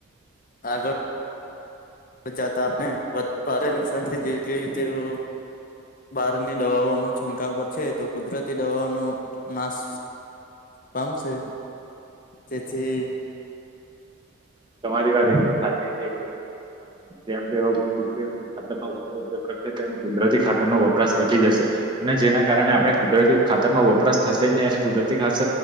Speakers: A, on the left; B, on the right.
A: આગળ જતા આપને ભારે નુકસાન થઈ જશે કે તેઓ બહારની દવાઓ નો છંટકાવ કરશે તો કુદરતી દવાઓ નો નાશ પામસે તેથી
B: તમારી વાત એકદમ સાચી છે જેમ તેઓ કૃત ખાતરમાં વધારે ઉપયોગ કર તેમ કુદરતી ખાતર નો વપરાશ ઘટી જશે અને જેના કારણે આપણે કુદરતી ખાતર નો વપરાશ થશે જ એને કુદરતી ખાસ